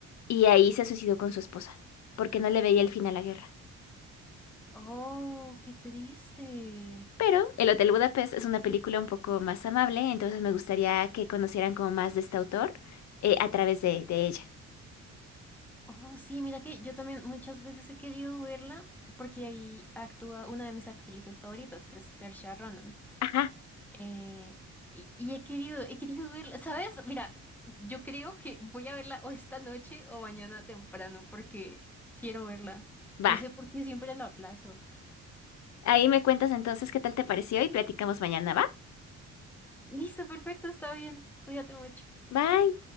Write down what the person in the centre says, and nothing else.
Oh, qué triste.
Oh, sí, mira que yo también muchas veces he querido verla porque ahí actúa una de mis actrices favoritas, que es Saoirse Ronan.
Eh, y, y he querido, he querido verla, ¿sabes? Mira, yo creo que voy a verla o esta noche o mañana temprano porque quiero verla.
No sé por qué siempre la aplazo.
Listo, perfecto, está bien. Cuídate mucho.